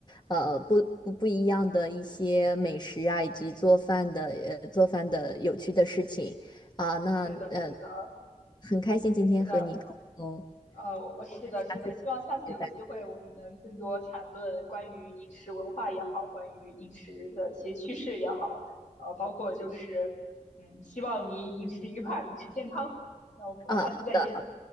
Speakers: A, on the left (about 35°); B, on the left (about 70°).
A: 呃不不不一样的一些美食啊，以及做饭的呃做饭的有趣的事情啊，那呃
B: 是的，是的，
A: 很开心今天和你沟通，
B: 是的。呃，我是的，
A: 下次
B: 是的，希望下次有机会我们能更多谈论关于饮食文化也好，
A: 再见。
B: 关于饮食的一些趋势也好，呃，包括就是，嗯，希望你饮食愉快，饮食健康。那我们下次再见。
A: 嗯，好的，好